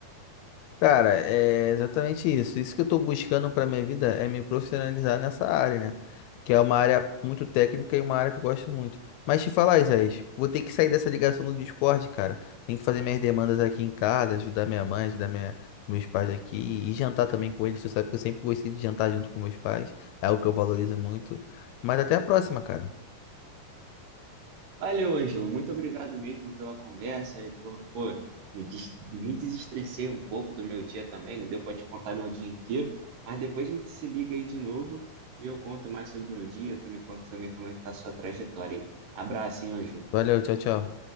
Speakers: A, on the left; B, on the right.
A: Cara, é exatamente isso. Isso que eu estou buscando para minha vida é me profissionalizar nessa área, né? Que é uma área muito técnica e uma área que eu gosto muito. Mas te falar, Isaías, vou ter que sair dessa ligação do Discord, cara. Tenho que fazer minhas demandas aqui em casa, ajudar minha mãe, ajudar minha- meus pais aqui e jantar também com eles. Tu sabe que eu sempre gostei de jantar junto com meus pais. É algo que eu valorizo muito. Mas até a próxima, cara.
B: Valeu, Ângelo. Muito obrigado mesmo pela conversa e por, pô, me, des- me desestressei um pouco do meu dia também. Não deu para te contar meu dia inteiro, mas depois a gente se liga aí de novo e eu conto mais sobre o meu dia. Tu me conta também como é que tá a sua trajetória, hein? Abraço, hein, Ângelo.
A: Valeu, tchau, tchau.